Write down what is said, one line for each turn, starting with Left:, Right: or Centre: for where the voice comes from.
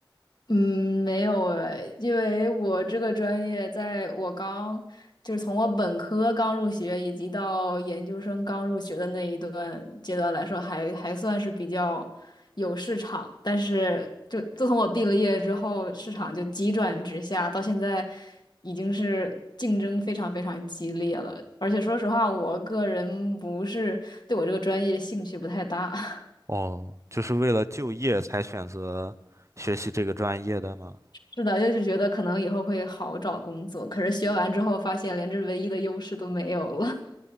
Left: 嗯，没有诶，因为我这个专业，在我刚就是从我本科刚入学，以及到研究生刚入学的那一段阶段来说还，还算是比较有市场。但是，就自从我毕了业之后，市场就急转直下，到现在已经是竞争非常非常激烈了。而且说实话，我个人不是对我这个专业兴趣不太大。<laughs>
Right: 哦，就是为了就业才选择学习这个专业的吗？
Left: 是的，就是觉得可能以后会好找工作，可是学完之后发现连这唯一的优势都没有了。<laughs>